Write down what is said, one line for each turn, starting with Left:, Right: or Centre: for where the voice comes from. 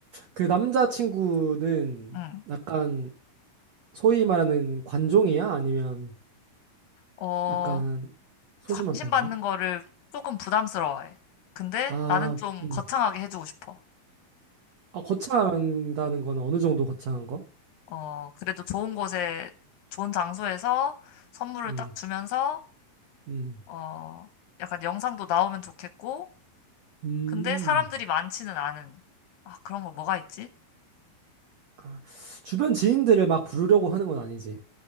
Right: 그 남자친구는
Left: 응.
Right: 약간 소위 말하는 관종이야? 아니면
Left: 어,
Right: 약간 소심한
Left: 관심
Right: 편인가?
Left: 받는 거를 조금 부담스러워해. 근데
Right: 아,
Left: 나는 좀
Right: 음.
Left: 거창하게 해주고 싶어.
Right: 아, 거창한다는 건 어느 정도 거창한 거?
Left: 어, 그래도 좋은 곳에, 좋은 장소에서 선물을
Right: 음,
Left: 딱 주면서,
Right: 음,
Left: 어, 약간 영상도 나오면 좋겠고,
Right: 음.
Left: 근데 사람들이 많지는 않은, 아, 그런 거 뭐가 있지?
Right: 아, 주변 지인들을 막 부르려고 하는 건 아니지.